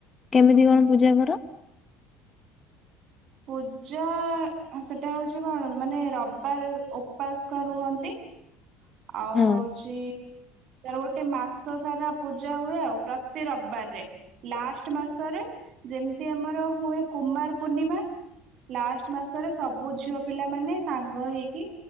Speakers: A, on the left; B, on the right.
A: କେମିତି କଣ ପୂଜା କର?
B: ପୂଜା। ସେଟା ହଉଛି କଣ? ମାନେ ରବିବାର ଉପାସ କ ରୁହନ୍ତି। ଆଉ
A: ହଁ
B: ହଉଛି ତାର ଗୋଟେ, ମାସ ସାରା ପୂଜା ହୁଏ ଆଉ। ପ୍ରତି ରବିବାରରେ। ଲାଷ୍ଟ ମାସରେ। ଯେମିତି ଆମର ହୁଏ କୁମାର ପୂର୍ଣ୍ଣିମା ଲାଷ୍ଟ ମାସରେ ସବୁ ଝିଅ ପିଲା ମାନେ, ସାଙ୍ଗ ହେଇକି